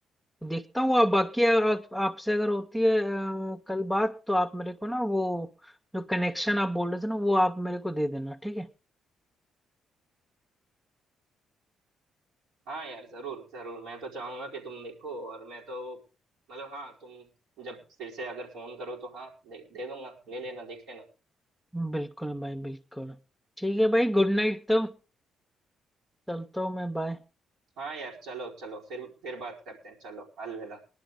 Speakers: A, in the centre; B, on the right (about 90°).
A: देखता हूँ आप बाकी अगर आप, आपसे अगर होती है अ, कल बात तो आप मेरे को ना वो जो कनेक्शन आप बोल रहे थे ना वो आप मेरे को दे देना ठीक है
B: हाँ यार जरूर जरूर मैं तो चाहूंगा कि तुम देखो और मैं तो मतलब हाँ तुम जब फिर से अगर फोन करो तो हाँ दे, दे दूंगा ले लेना देख लेना
A: बिल्कुल भाई बिल्कुल ठीक है भाई गुड नाइट तब चलता हूँ मैं बाय
B: हाँ यार चलो चलो फिर फिर बात करते हैं चलो अलविदा